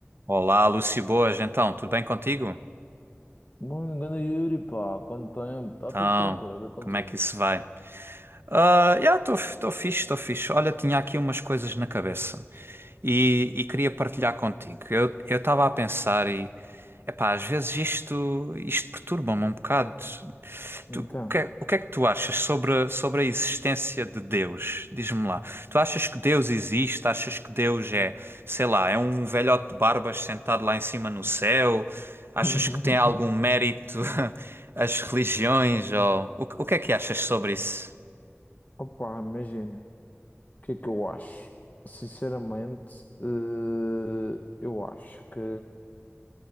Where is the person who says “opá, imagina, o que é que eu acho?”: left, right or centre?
Left